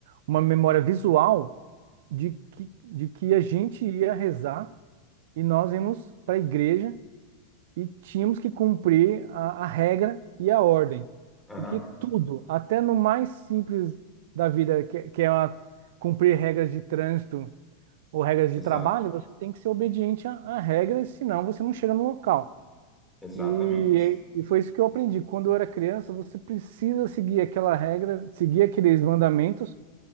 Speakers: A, on the right; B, in the centre.
A: uma memória visual de que, de que a gente ia rezar e nós íamos para a igreja e tínhamos que cumprir a, a regra e a ordem.
B: Aham,
A: Porque tudo, até no mais simples da vida, que, que é a- cumprir regras de trânsito ou regras de
B: exato,
A: trabalho, você tem que ser obediente a, a regras, senão você não chega no local.
B: exatamente.
A: E, e foi isso que eu aprendi. Quando eu era criança, você precisa seguir aquela regra, seguir aqueles mandamentos,